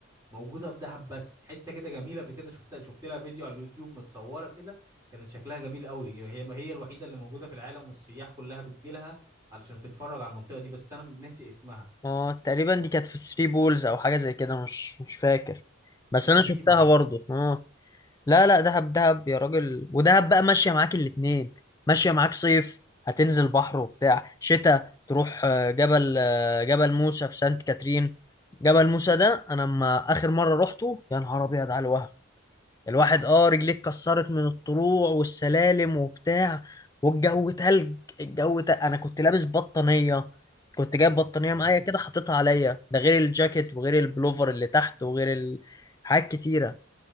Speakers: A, on the right; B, on the left.
A: موجوده في دهب بس حته كده جميله قبل كده شفتها شفت لها فيديو على اليوتيوب متصوره كده كانت شكلها جميل قوي هي هي الوحيده اللي موجوده في العالم والسياح كلها بتجي لها علشان تتفرج على المنطقه دي بس انا ناسي اسمها
B: اه تقريبا دي كانت في 3 بولز او حاجه زي كده مش مش فاكر بس
A: تقريبا
B: انا شفتها برضو
A: اه
B: اه لا لا دهب دهب يا راجل ودهب بقى ماشيه معاك الاتنين ماشيه معاك صيف هتنزل بحر وبتاع شتاء تروح آه، جبل آه، جبل موسى في سانت كاترين جبل موسى ده انا لما اخر مره روحته يا نهار ابيض على الوهم الواحد اه رجليه اتكسرت من الطلوع والسلالم وبتاع والجو تلج الجو تلج. انا كنت لابس بطانية كنت جايب بطانية معايا
A: يا راجل.
B: كده حطيتها عليا ده غير الجاكيت وغير البلوفر اللي تحت وغير ال... حاجات كتيرة